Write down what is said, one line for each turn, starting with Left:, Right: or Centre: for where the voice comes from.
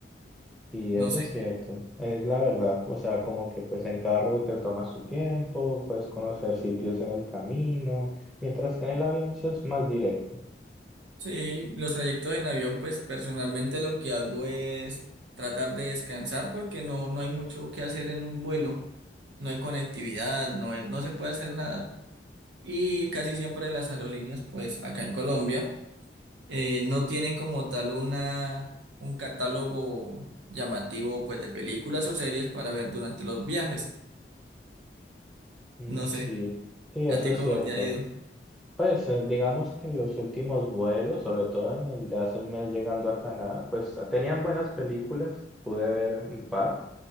Centre: Y
Right: No
Centre: eso
Right: sé
Centre: es cierto, es la verdad. O sea, como que pues en carro te tomas tu tiempo, puedes conocer sitios en el camino. Mientras que en el avión sí es más directo.
Right: Sí, los trayectos en avión, pues personalmente lo que hago es tratar de descansar porque no, no hay mucho que hacer en un vuelo, no hay conectividad, no hay- no se puede hacer nada. Y casi siempre las aerolíneas, pues acá en Colombia, eh, no tienen como tal una, un catálogo llamativo, pues de películas o series para ver durante los viajes.
Centre: Mm,
Right: No sé,
Centre: sí, sí, eso
Right: ¿a ti
Centre: es
Right: cómo
Centre: cierto.
Right: te ha ido?
Centre: Pues eh, digamos que en los últimos vuelos, sobre todo en el de hace un mes llegando a Canadá, pues ah, tenían buenas películas, pude ver un par,